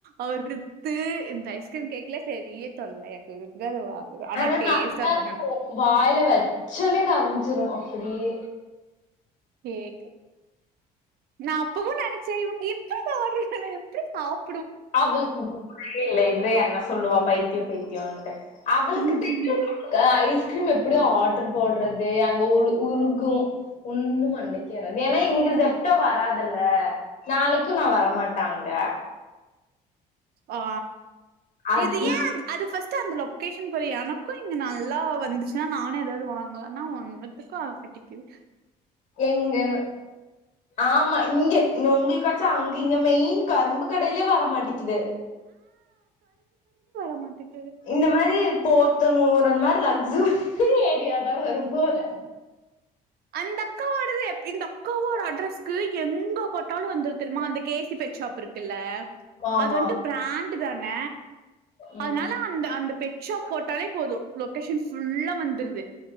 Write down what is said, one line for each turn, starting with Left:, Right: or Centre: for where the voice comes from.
Right: அறு த்து இந்த ஐஸ் க்ரீம் கேக்ல செரிய தொல்லையாக்கு அது வா
Left: ஆனா
Right: டேஸ்ட்டா
Left: ரொம்பஇருக்கு
Right: தான் நல்லா
Left: வாய்ல வச்சோனே கரஞ்சிரு அப்புடியே
Right: கேக்கு நா அப்பவு நெனச்சே இவுங்க எப்டி இத ஆட்ரு பண்ணாங்க எப்டி சாப்
Left: அவளுக்கு மூளையே இல்ல இதுல என்ன சொல்லுவா பைத்தியொ பைத்தியோன்ட்டு அவளுக்கு
Right: நெனச்சேன்.
Left: தெரியு <inaudible> ஐஸ் கிரீம் எப்பிடி ஆட்ரு போட்றது அங்க உளு உருகு ஒன்னு மண்டை கேறா ஏனா‌ இங்க ஜெப்டோ வராதுல்ல நாளைக்கு நா வரமாட்ட அங்க
Right: ஆ
Left: அத்
Right: இது ஏ அது ஃபஸ் ட்டு அந்த லொக்கேஷன் பாரு எனக்கு இங்க நல்லா வந்துச்சுனா நானு எதாவ்து வாங்கலானா ஒன்னுத்துக்கு ஆக மாட்டிக்கிது
Left: எங்கன்னு ஆமா இங்க இங்க உங்ளுக் காச்சு அங்க இங்க மெயின் கரும்பு கடைலே வர மாட்டெக்கிது
Right: மாட்டெ
Left: இந்த மாரி தோத்தனூரு மாரி லக்ஸுரி ஏரியாதா வரும் போல
Right: அந்தக்கா ஓடது எப் இந்தக்காவோட அட்ரஸ்க்கு எங்க போட்டாலு வந்துரு தெரிமா அந்த கே சி பெட் ஷாப் இருக்குல்ல
Left: ஆமா
Right: அது வன்ட்டு பிராண்டுதா ன
Left: ம்
Right: அதுனால அந்த அந்த பெட் ஷாப் போட்டாலே போது லொக்கேஷன் ஃபுல்லா வந்துருது